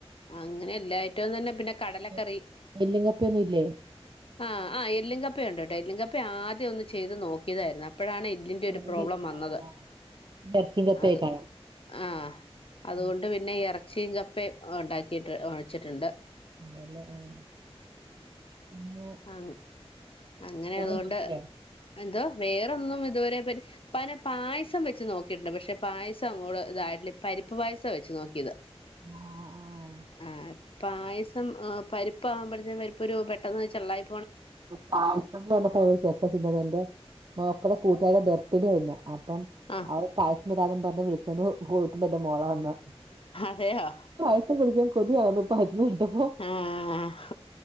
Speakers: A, on the left; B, on the right.
A: അങ്ങനെ എല്ലാ ഐറ്റോന്ന് പറഞ്ഞാ പിന്നെ കടലക്കറി
B: എ- എല്ലും കപ്പയൊന്നും ഇല്ലേ
A: ആ ആഹ് എല്ലും കപ്പയുണ്ട് കേട്ടോ എല്ലുങ്കപ്പ ആദ്യം ഒന്ന് ചെയ്ത് നോക്കിയതായിരുന്നു അപ്പോഴാണ് എല്ലിന്റെ ഒരു
B: എല്ല്
A: പ്രോബ്ലം
B: ആഹ്
A: വന്നത്
B: ആഹ് ഇറച്ചിയും കപ്പയൊക്കെ
A: അത്.
B: കാണും
A: ആ അതുകൊണ്ട്
B: ഉം,
A: പിന്നെ ഇറച്ചിയും കപ്പയും ഉണ്ടാക്കിട്ട് വെച്ചിട്ടുണ്ട്.
B: <inaudible>
A: ആ അങ്ങനെ
B: വേറെ
A: അതുകൊണ്ട്
B: നോക്കില്ലേ
A: എന്തോ വേറൊന്നും ഇതുവരെ പറ്റി പന പായസം വെച്ച് നോക്കിട്ടുണ്ട് പക്ഷെ പായസം അങ്ങോട്ട് ഇതായിട്ടല്ല പരിപ്പ് പായസം വെച്ച് നോക്കിയത്.
B: ആഹ്
A: ആഹ് പായസം പരിപ്പ്കുമ്പഴത്തേന് പരിപ്പ് ഒരു പെട്ടെന്ന് ചള്ളായി.
B: പായസം എന്ന് പറഞ്ഞാൽ വെക്കത്തില്ലാ <unintelligible> മക്കടെ കൂട്ടുകാരന്റെ ബർത്ത് ഡേ ആയിരുന്നു അപ്പം
A: ആഹ്
B: അവള് പായസം തരാന്നും പറഞ്ഞ് വിളിച്ചോണ്ട് പോയിട്ടുണ്ട് എന്റെ മോ െള വന്ന്.
A: അതെയോ?
B: പായസം കുടിക്കാൻ കൊതിയാവുന്നു <unintelligible> കേട്ടപ്പോ.
A: ആഹ